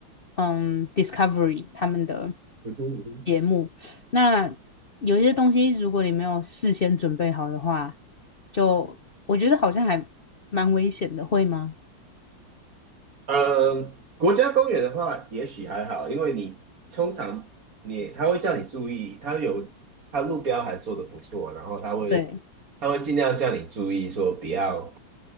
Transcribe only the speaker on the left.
嗯，Discovery 他们的。
目。那有些东西，如果你没有事先准备好的话，就我觉得好像还蛮危险的，会吗？
对